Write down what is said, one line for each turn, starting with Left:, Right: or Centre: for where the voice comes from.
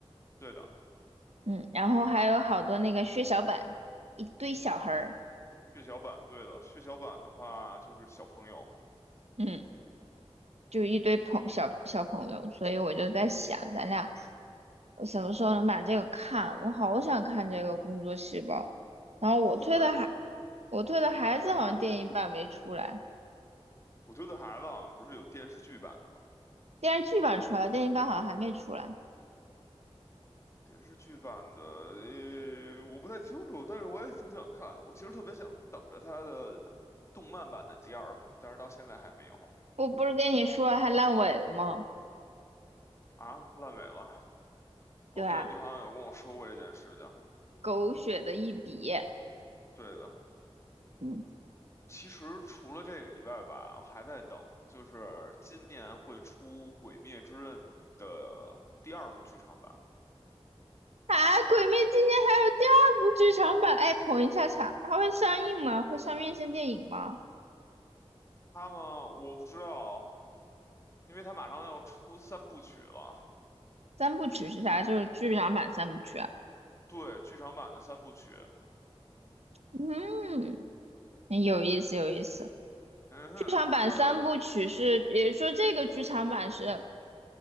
Left: 对的，
Right: 嗯，然后还有好多那个血小板，一堆小孩儿，
Left: 血小板，对的，血小板的话就是小朋友。
Right: 嗯。就一堆朋小小朋友，所以我就在想，咱俩呃什么时候能把这个看？我好想看这个《工作细胞》，然后我推的孩
Left: 呃我觉得，
Right: 我推的孩子好像电影版没出来，
Left: 嗯哼，我觉得孩子好像不是有电视剧版的吗？
Right: 电视剧版出来了，电影版好像还没出来。
Left: 电视剧版的，呃，我不太清楚，但是我也挺想看的。我其实特别想等着他的动漫版的第二部，但是到现在还没有
Right: 我不是跟你说还烂尾了吗？
Left: 啊，烂尾了。哦，
Right: 对吧？
Left: 对，你好像有跟我说过这件事情，
Right: 狗血的一笔，
Left: 对的。
Right: 嗯。
Left: 其实除了这个以外吧，我还在等，就是今年会出《鬼灭之刃》的第二部剧场版。
Right: 啊，《鬼灭》今年还有第二部剧场版，哎，捧一下场，它会上映吗？会上院线电影吗？
Left: 它们我不知道，因为它马上要出三部曲了，
Right: 三部曲是啥？就是剧场版三部曲啊。
Left: 对，剧场版的三部曲。
Right: 嗯，嗯有意思，有意思。
Left: 嗯哼，
Right: 剧场版三部曲是，
Left: 它的
Right: 也就是说这个剧场版是